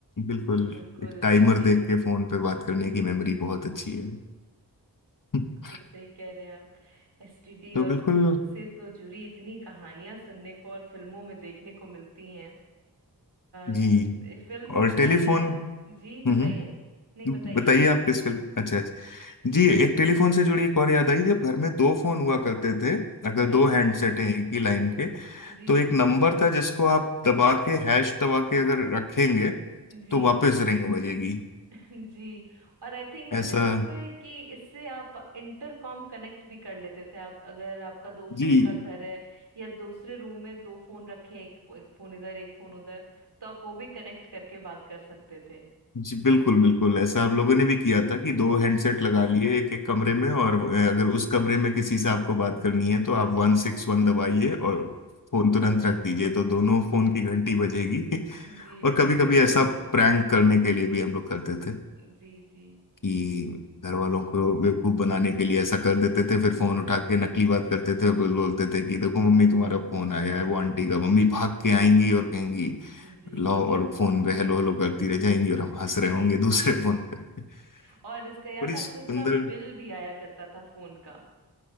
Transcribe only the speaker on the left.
बिल्कुल
एक टाइमर
देख के फोन पे बात करने की मेमोरी बहुत अच्छी है <laughs>
तो
बिल्कुल
जी
और
टेलीफोन
हम्म
हम्म,
बताइए
आप
किस फिल्म अच्छा अच्छा जी एक टेलीफोन से जुड़ी एक और याद आई जब घर में दो फोन हुआ करते थे अगर
दो हैंडसेट हैं एक ही लाइन के
तो एक नंबर था जिसको आप दबा के हैश दबा के अगर रखेंगे
तो वापस रिंग बजेगी
ऐसा
जी
जी बिल्कुल बिल्कुल ऐसा हम लोगों ने भी किया था कि दो हैंडसेट लगा लिए एक एक कमरे में और अ, अगर
उस कमरे में किसी से आपको बात करनी है तो आप वन सिक्स वन दबाइए और फोन तुरंत रख दीजिए तो
दोनों फोन की घंटी बजेगी <laughs>
और
कभी कभी ऐसा प्रैंक करने के लिए भी हम लोग करते थे
कि घर वालों को बेवकूफ बनाने के लिए ऐसा
कर देते थे फिर फोन उठा के नकली बात करते थे और बोल- बोलते थे कि देखो मम्मी तुम्हारा फोन आया है वो आंटी का मम्मी भाग के आएंगी और कहेंगी
लाओ और फोन पे हेलो हेलो करती
रह जाएंगी और हम हंस रहे होंगे दूसरे फोन पे
<laughs>
बड़ी
सुंदर